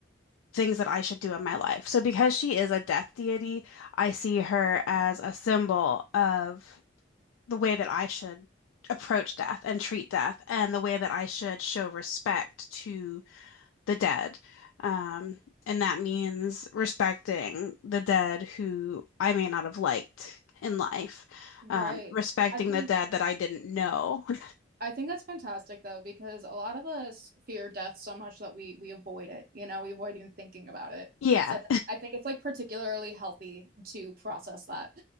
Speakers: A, on the left; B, on the right.
A: things that I should do in my life. So because she is a death deity, I see her as a symbol of the way that I should approach death and treat death and the way that I should show respect to the dead. Um, and that means respecting the dead who I may not have liked in life,
B: Right.
A: um, respecting
B: I think
A: the dead that I didn't know. <laughs>
B: I think that's fantastic though, because a lot of us fear death so much that we we avoid it. You know, we avoid even thinking about it.
A: Yeah.
B: So I th- I think it's like particularly healthy to process that.